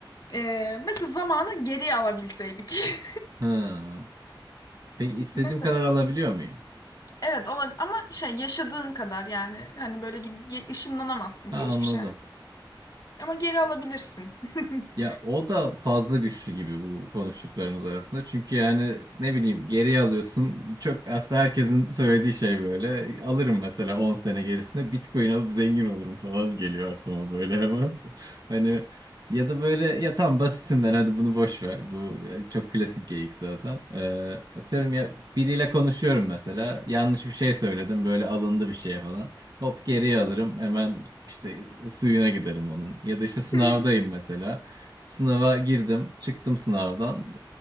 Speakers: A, on the left; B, on the right.
A: Eee, mesela zamanı geriye alabilseydik.
B: Hı. Peki
A: <laughs>
B: istediğim
A: Mesela
B: kadar alabiliyor muyum?
A: evet olabilir ama şey yaşadığın kadar yani hani böyle gi- gi- ışınlanamazsın
B: Ha,
A: geçmişe
B: anladım.
A: yani. Ama geri alabilirsin. <laughs>
B: Ya o da fazla güçlü gibi bu konuştuklarımız arasında. Çünkü yani ne bileyim geriye alıyorsun. Çok aslında herkesin söylediği şey böyle. Alırım mesela 10 sene gerisinde Bitcoin alıp zengin olurum falan geliyor aklıma böyle ama. <laughs> Hani ya da böyle ya tam basitinden hadi bunu boş ver. Bu e, çok klasik geyik zaten. Ee, atıyorum ya biriyle konuşuyorum mesela. Yanlış bir şey söyledim böyle alındı bir şeye falan. Hop geriye alırım hemen işte suyuna giderim onun. Ya da işte sınavdayım
A: Hı
B: mesela. Sınava girdim, çıktım sınavdan.